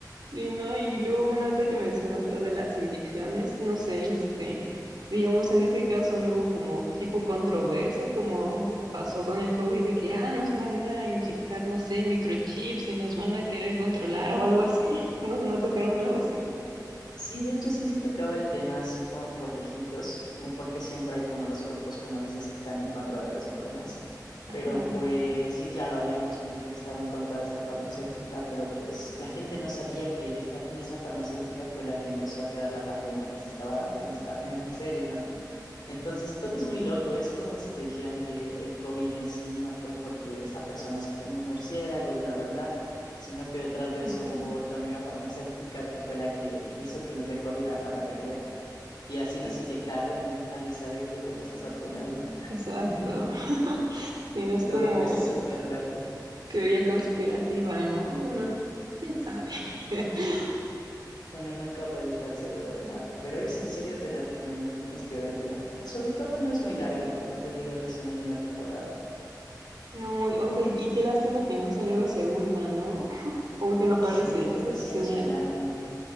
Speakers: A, on the right (about 80°); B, on the left (about 80°).
A: Sí, ¿no? Y luego, bueno, ahorita que mencionas lo de las inyecciones, no sé, este, digamos, en ese caso no hubo como tipo controversia como pasó con el COVID de que, ah, nos van a inyectar, no sé, microchips y nos van a querer controlar o algo así. <laughs> ¿No, no tocaron algo así?
B: Sí, de hecho sí se tocaba el tema así como por lejitos, mm, porque siempre hay como los grupos, como dices, que están en contra de las vacunas.
A: Ajá.
B: Pero pues sí, claro, había mucha gente que estaba en contra de esta farmacéutica, pero pues la gente no sabía que era esta misma farmacéutica fue la que empezó a crear la pandemia que se estaba dando en esta, en esta serie, ¿no? Entonces, todo es muy loco. Es como si te dijeran que el COVID en sí no fue porque esa persona se comió un murciélago y bla, bla, bla, sino que detrás de
A: Ajá,
B: eso hubo otra mega farmacéutica que fue la que hizo que nos dé COVID a la mayoría. Y así
A: y-
B: nos inyectaron y nadie sabe qué hubo en esas vacunas, ¿no?
A: exacto.
B: <laughs>
A: <laughs> Si no es
B: Todo
A: como
B: fue súper loco.
A: teoría conspirativa, ¿no? Bueno, quién sabe. <laughs>
B: Uno nunca puede estar seguro de nada. Pero eso en serio te la recomiendo. Tienes que vértela. Ah, Sobre todo no es muy larga. Como te digo, recién hay una temporada.
A: No, y- o sea, y, y qué lástima que no salió la segunda, ¿no? O que no
B: Sí,
A: parece esa
B: yo la sigo
A: señal.
B: esperando.